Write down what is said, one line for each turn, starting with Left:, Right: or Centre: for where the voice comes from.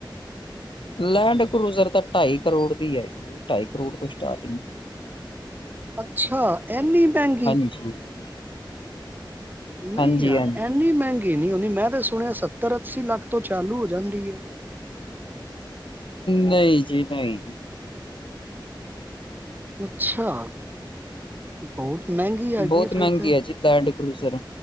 Left: ਲੈਂਡ ਕਰੂਜਰ ਤਾਂ ਢਾਈ ਕਰੋੜ ਦੀ ਹੈਗੀ ਹੈ ਢਾਈ ਕਰੋੜ ਤੋਂ ਸਟਾਰਟਿੰਗ
Right: ਅੱਛਾ ਐਨੀ ਮਹਿੰਗੀ
Left: <inaudible> <unintelligible>
Right: ਨਹੀਂ
Left: ਹਾਂਜੀ
Right: ਯਾਰ
Left: ਹਾਂਜੀ
Right: ਇੰਨੀ ਮਹਿੰਗੀ ਨਹੀਂ ਹੁੰਦੀ ਮੈਂ ਤਾਂ ਸੁਣਿਆ ਸੱਤਰ ਅੱਸੀ ਲੱਖ ਤੋਂ ਚਾਲੂ ਹੋ ਜਾਂਦੀ ਹੈ
Left: ਨਹੀਂ ਜੀ ਨਹੀਂ
Right: ਅੱਛਾ ਬਹੁਤ ਮਹਿੰਗੀ ਹੈਗੀ
Left: ਬਹੁਤ
Right: ਆ ਫਿਰ
Left: ਮਹਿੰਗੀ
Right: ਤੇ
Left: ਹੈ ਜੀ ਲੈਂਡ ਕਰੂਜ਼ਰ